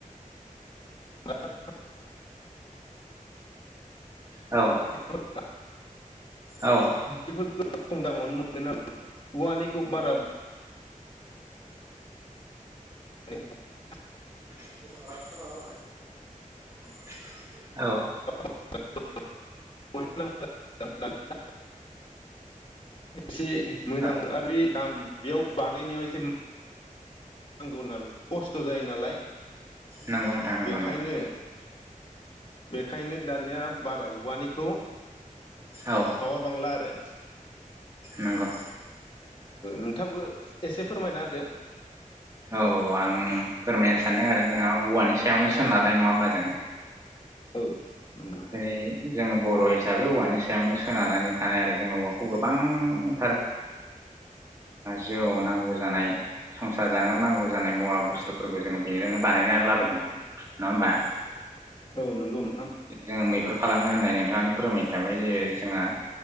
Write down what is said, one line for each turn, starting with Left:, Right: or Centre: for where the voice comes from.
Left: <unintelligible>
Right: औ
Left: <unintelligible>
Right: औ
Left: बेफोरखौ खम दामावनो मोनो नालाय औवानिखौ बारा <unintelligible>
Right: <unintelligible> औ
Left: <unintelligible> एसे मोजां
Right: औ
Left: आरो बे दाम बेयाव बानायनायाव एसे नांगौ नालाय खस्थ' जायो नालाय
Right: नंगौ नथां नगौ
Left: बेखायनो
Right: नंगौ
Left: बेखायनो दानिया बारा औवानिखौ माबा
Right: औ
Left: बांला आरो
Right: नंगौ
Left: नोंथाङाबो एसे फोरमायना होदो
Right: औ आं फोरमायनो सानदों आरो जोंहा औवानि सायावनो सोनारनाय नङा होमबा जोङो
Left: औ नंगौ
Right: माने जोङो बर' हिसाबै औवानि सायावनो सोनारनानै थानाय आरो जोंङ औवाखौ गोबांथार जिउआव नांगौ जानाय संसार जानायाव नांगौ जानाय मुवा बुस्थुफोरखौ जोङो बेजोंनो बानायनानै लाबोदों नङा होमबा
Left: औ नंगौ नोंथां।
Right: जोङो मैहुर खालामनो होननाय नोंथाङानो फोरमायखाबाय जे जोंहा